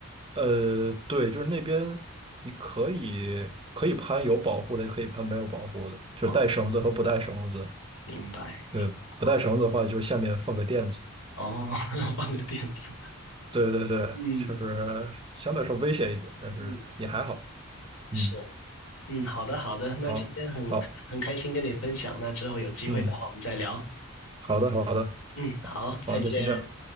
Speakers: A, on the right; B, on the left.
A: 呃，对，就是那边你可以可以攀有保护的，也可以攀没有保护的，就是带绳子和不带绳子。
B: 哦，明白明白哦，
A: 对，不带绳子的话，就是下面放个垫子。
B: 哦 <laughs> 放个垫子。
A: 对对对，
B: 嗯，
A: 确实相对来说危险一点，但是也还好。
B: 嗯，
A: 嗯，
B: 是，嗯，好的，好的，那今天很很开心跟你分享，
A: 好，好，
B: 那之后有机会的话我们再聊。
A: 嗯，好的，好的。
B: 嗯，好，再见。
A: 好，那先这样，